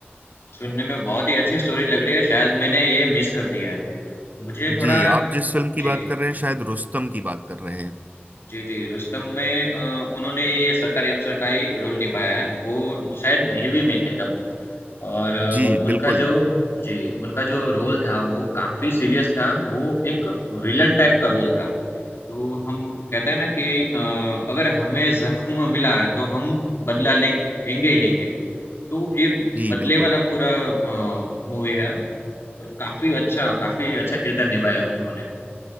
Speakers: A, on the left; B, on the right.
A: सुनने में बहुत ही अच्छी स्टोरी लग रही है शायद मैंने ये मिस कर दिया है मुझे थोड़ा
B: जी आप जिस फिल्म की बात
A: जी
B: कर रहे हैं शायद रुस्तम की बात कर रहे हैं
A: जी, जी, रुस्तम में अ, उन्होंने ये सरकारी अफ़सर का ही रोल निभाया है। वो शायद नेवी में थे तब और अ,
B: जी
A: उनका
B: बिल्कुल
A: जो जी, उनका जो रोल था वो काफ़ी सीरियस था। वो एक विलन टाइप का रोल था। तो हम कहते हैं ना कि अ, अगर हमें ज़ख्म मिला है तो हम बदला लें लेंगे ही लेंगे। तो ये
B: जी
A: बदले
B: बिल्कुल
A: वाला पूरा अ, मूवी है और काफ़ी अच्छा काफ़ी अच्छा किरदार निभाया उन्होंने।